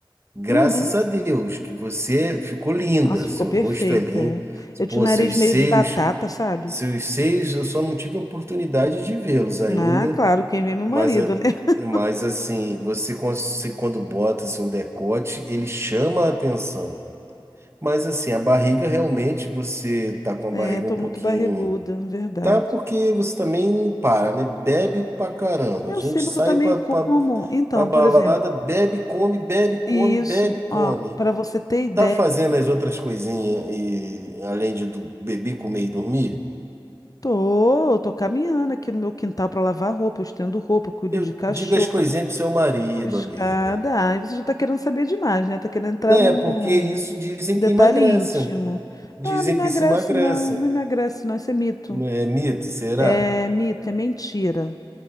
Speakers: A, on the right; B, on the left.
A: Graças
B: Uhum.
A: a Deus que você ficou linda.
B: Nossa, ficou
A: Seu
B: perfeita.
A: rosto é lindo.
B: é. Eu
A: Pô,
B: tinha o nariz
A: seus
B: meio
A: seios
B: de batata, sabe?
A: seus seios, eu só não tive oportunidade de vê-los ainda,
B: Ah, claro, quem vê é meu
A: mas,
B: marido,
A: eh,
B: né? <laughs>
A: mas assim, você, cons- você quando bota assim, um decote, ele chama a atenção. Mas assim, a barriga realmente, você tá com a
B: É,
A: barriga
B: tô
A: um pouquinho.
B: muito barriguda, verdade.
A: Tá, porque você também não para, né? Bebe pra caramba.
B: Eu
A: A gente
B: sei,
A: sai
B: mas eu também
A: pra,
B: como.
A: pra,
B: Então,
A: pra balada,
B: por exemplo,
A: bebe, come, bebe, come,
B: isso,
A: bebe, come.
B: ó, para você ter ideia,
A: Tá fazendo as outras coisinhas e além de do, beber, comer e dormir?
B: tô, tô caminhando aqui no meu quintal para lavar roupa, eu estendo roupa, cuido
A: Eu
B: de cachorro,
A: digo as coisinhas pro seu marido,
B: subo escada.
A: amiga.
B: Ai, você já tá querendo saber demais, né? Tá querendo entrar
A: Né?
B: num
A: Porque isso dizem
B: detalhe
A: que emagrecem,
B: íntimo.
A: Dizem
B: Nada emagrece,
A: que se emagrecem.
B: não, não emagrece, não, isso é mito.
A: É mito, será?
B: É mito, é mentira.